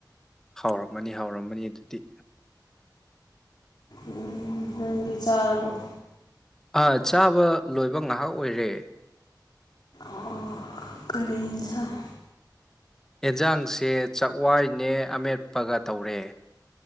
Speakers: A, in the centre; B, on the left.
A: ꯍꯥꯎꯔꯝꯃꯅꯤ ꯍꯥꯎꯔꯝꯃꯅꯤ ꯑꯗꯨꯗꯤ
B: ꯎꯝ ꯅꯪꯗꯤ ꯆꯥꯔꯕꯣ
A: ꯑꯥ ꯆꯥꯕ ꯂꯣꯏꯕ ꯉꯥꯏꯍꯥꯛ ꯑꯣꯏꯔꯦ
B: ꯑꯣ ꯀꯔꯤ ꯢꯟꯁꯥꯛ
A: ꯑꯦꯟꯖꯥꯡꯁꯦ ꯆꯥꯛꯋꯥꯏꯅꯦ ꯑꯃꯦꯠꯄꯒ ꯇꯧꯔꯦ